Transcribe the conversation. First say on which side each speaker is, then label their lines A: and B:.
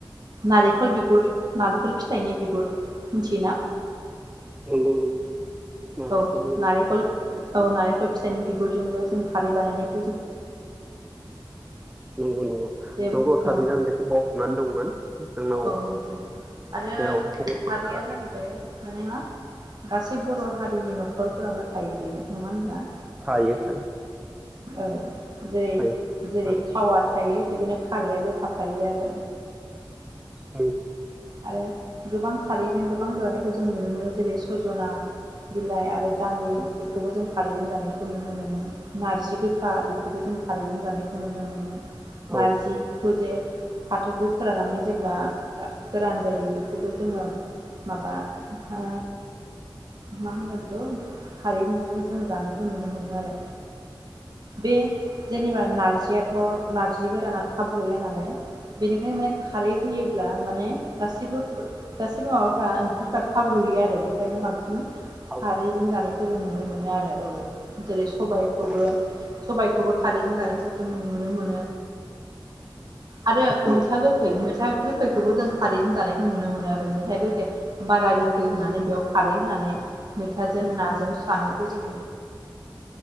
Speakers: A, on the right; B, on the right.
A: नारेंखल बिगुर नारेंखल फिथाइनि बिगुर मिथियोना
B: नंगौ नंगौ नालेंखरनि
A: औ नारेखल औ नारेंखल फिथाइनि बिगुरजोंबो जों खारै बानायनाय
B: नंगौ नंगौ
A: जे औ
B: नंगौ थारैनो आं बेखौ बावहाबनानै दंमोन जोंनाव
A: औ नंगौ आरो
B: जेराव बनफ्रा
A: हारिया जाहैबाय माने मा गासै बर' हारिनि न'खरफोरावनो थायो बे नङा होमब्ला
B: थायो थायो
A: औ जेरै
B: थायो
A: जेरै
B: आरो
A: थावा थायो बिदिनो खारैयाबो थाफायो आरो
B: औ
A: आरो गोबां खारैजों गोबां जानाय खौ जों नुनो मोनो जेरै सजना बिलाइ आरो दालि बेखौबो जों खारैजों जानायखौ नुनो मोनो नार्जि गोखा बेखौबो जों खारैजों जानायखौ नुनो मोनो
B: औ
A: नारजिखौजे फाथोखौ फोराननानै जेब्ला गोरान जायो बेखौबो जोङो माबा ओ मा होनो बेखौ खारै जों जानायखौ नुनो मोनो आरो बे जेनेबा नारजियाथ ओ नारजि गोराना थाब रूया नालाय बेनिखायनो माने खारै होयोब्ला माने गासिबो गासैबो माबाफ्रा ओंख्रिफ्रा थाब रुयो आरो बे खोनो बांसिन
B: औ
A: खारैजों जानायखौ जों नुनो मोनो आरो औ जेरै सबायखौबो
B: औ उम
A: सबायखौबो खारैजों जानायखौ
B: औ
A: जों नुनो मोनो। <inaudible> आरो
B: औ
A: मैथा गोखै मैथा गोखैखौबो जों। खारैजों जानायखौ नुनो मोनो आरो। मैथाया गोखै बारा गोखै होनानै बेयाव खारै होनानै मैथाजों नाजों जानायखौ
B: औ
A: जों।